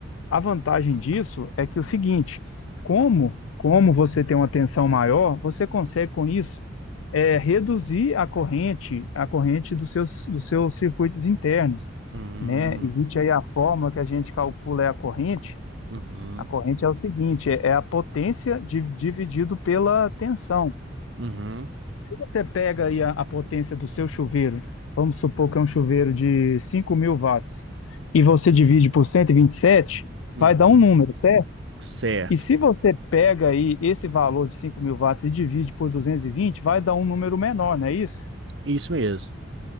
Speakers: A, on the left; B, on the right.
A: A vantagem disso é que é o seguinte, como como você tem uma tensão maior, você consegue com isso é, reduzir a corrente a corrente dos seus dos seus circuitos internos,
B: Hum,
A: né? Existe aí a fórmula que a gente calcula é a corrente.
B: uhum,
A: A corrente é o seguinte, é é a potência di- dividido pela tensão.
B: uhum,
A: Se você pega aí a, a potência do seu chuveiro, vamos supor que é um chuveiro de cinco mil watts, e você divide por cento e e vinte e sete,
B: uhum.
A: vai dar um número, certo?
B: Certo.
A: E se você pega aí esse valor de cinco mil watts e divide por 220, vai dar um número menor, não é isso?
B: Isso mesmo.